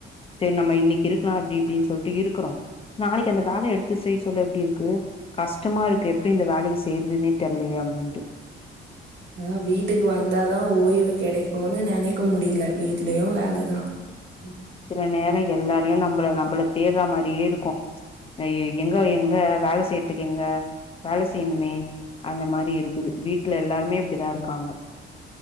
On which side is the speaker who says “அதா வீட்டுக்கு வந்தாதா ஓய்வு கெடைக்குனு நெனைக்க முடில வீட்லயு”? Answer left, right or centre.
Right